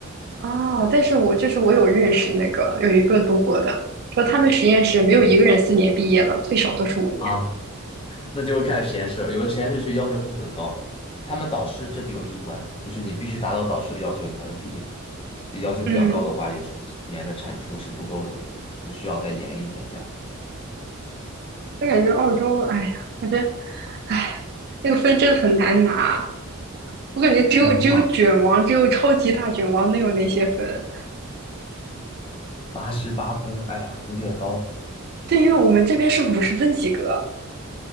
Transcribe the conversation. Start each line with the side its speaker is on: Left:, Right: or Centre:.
Right: 啊，但是我就是我有认识那个有一个读博的，说他们实验室没有一个人四年毕业了，
Left: 嗯
Right: 最少都是五年。
Left: 啊，那就是看实验室了有的实验室去要求会很高，他们导师这就有一关，就是你必须达到导师的要求，你才能毕业。就要求比较高的话，
Right: 嗯，
Left: 有时候四年的产出是不够的，就需要再延一年这样。
Right: 那感觉澳洲，哎呀，反正。唉，那个分真的很难拿。我感觉只有只有卷王，
Left: 很迷茫，
Right: 只有超级大卷王能有那些分。
Left: 八十八分，哎呀，有点高
Right: 对，因为我们这边是五十分及格。